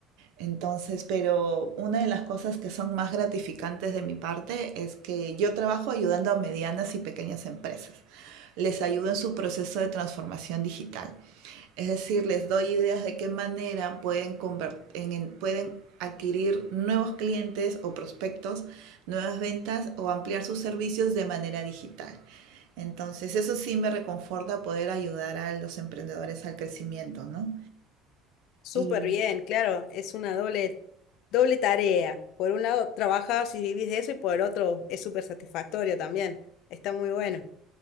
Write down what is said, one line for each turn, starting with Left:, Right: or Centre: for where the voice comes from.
Right: Entonces, pero una de las cosas que son más gratificantes de mi parte es que yo trabajo ayudando a medianas y pequeñas empresas. Les ayudo en su proceso de transformación digital. Es decir, les doy ideas de qué manera pueden, convert- en- en- pueden adquirir nuevos clientes o prospectos, nuevas ventas o ampliar sus servicios de manera digital. Entonces, eso sí me reconforta poder ayudar a los emprendedores al crecimiento, ¿no?
Left: Súper
Right: Y
Left: bien, claro, es una doble, doble tarea. Por un lado trabajas y vivís de eso y por el otro es súper satisfactorio también. Está muy bueno.